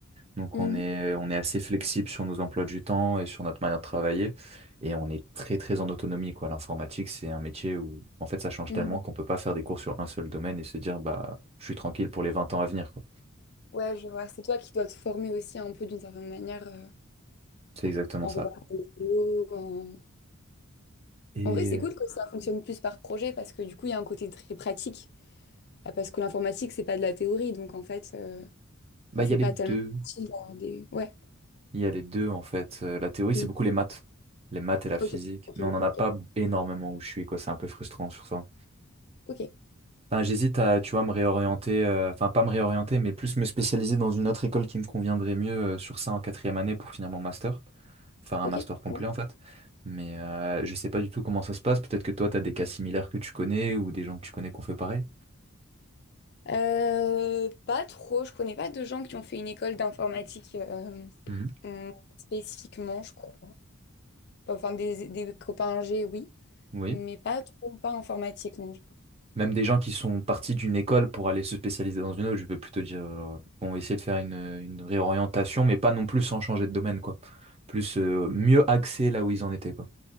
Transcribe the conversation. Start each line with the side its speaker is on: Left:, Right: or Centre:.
Right: Donc
Left: Mhm.
Right: on est, on est assez flexible sur nos emplois du temps et sur notre manière de travailler. Et on est très, très en autonomie, quoi. L'informatique, c'est un métier où, en fait, ça change
Left: Mhm.
Right: tellement qu'on peut pas faire des cours sur un seul domaine et se dire, bah, je suis tranquille pour les 20 ans à venir, quoi.
Left: Ouais, je vois. C'est toi qui dois te former aussi un peu d'une certaine manière euh,
Right: C'est exactement
Left: en
Right: ça.
Left: regardant des vidéos. En...
Right: Et
Left: en vrai, c'est
Right: euh,
Left: cool que ça fonctionne plus par projet parce que du coup, il y a un côté très pratique. Ah, Parce que l'informatique, c'est pas de la théorie. Donc en fait. euh,
Right: bah,
Left: Enfin,
Right: il
Left: c'est
Right: y a les
Left: pas
Right: deux.
Left: tellement facile d'avoir des... Ouais.
Right: Il y a les deux, en fait. Euh, La théorie, c'est
Left: Mm.
Right: beaucoup les maths. Les maths et la physique.
Left: Ok, ok,
Right: Mais on n'en
Left: ok,
Right: a pas
Left: ok.
Right: énormément où je suis, quoi. C'est un peu frustrant sur ça.
Left: Ok,
Right: Enfin, j'hésite à, tu vois, me réorienter, euh, enfin, pas me réorienter, mais plus me spécialiser dans une autre école qui me conviendrait mieux euh, sur ça en quatrième année pour finir mon master. Faire un
Left: ok.
Right: master complet,
Left: ouais.
Right: en fait. Mais euh, je sais pas du tout comment ça se passe. Peut-être que toi, tu as des cas similaires que tu connais ou des gens que tu connais qui ont fait pareil.
Left: Euh, pas trop. Je connais pas de gens qui ont fait une école d'informatique euh,
Right: Mhm.
Left: euh, spécifiquement, je crois. Enfin, des, des copains G, oui,
Right: Oui.
Left: mais pas trop, pas informatique, non.
Right: Même des gens qui sont partis d'une école pour aller se spécialiser dans une autre, je veux plutôt dire, genre, vont essayer de faire une, une réorientation, mais pas non plus sans changer de domaine, quoi. Plus euh, mieux axer là où ils en étaient, quoi.